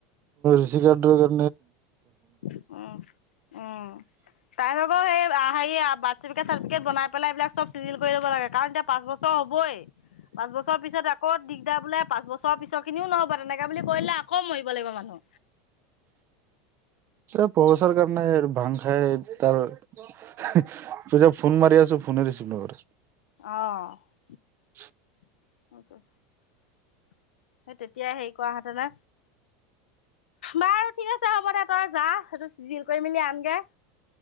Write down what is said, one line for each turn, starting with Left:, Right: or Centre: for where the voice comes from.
Right: ঋষিকডৰ।
Left: উ উম তাই আকৌ সেই হে চাৰটিকেট চাৰটিফে বনাইেল এইবিলাকবিজিল কৰি লাগ কাৰণ এতিয়া পাঁছৰ হ'বই পাঁচ বছৰৰ পিছত আকৌ দিগদাৰ বোলে পাঁচ বছৰৰ পিছ খিনিও নহ'ব তেনেকা বুলি কৰিলে আকৌ মৰিব, লাগিব মানুহ,
Right: এ বৰ চৰকাৰ নাই আৰু, ভাং খাই তাৰ তই যে ফোন মাৰি আছো ফোনে ৰিচিভ নকৰে।
Left: অ
Right: <inaudible>
Left: <unintelligible> সেই তেতিয়াই হেৰি কৰা হেতেন না। বাৰু ঠিক আছে হ'ব দে তই যা এইটো চিজিল কৰি মেলি আনগে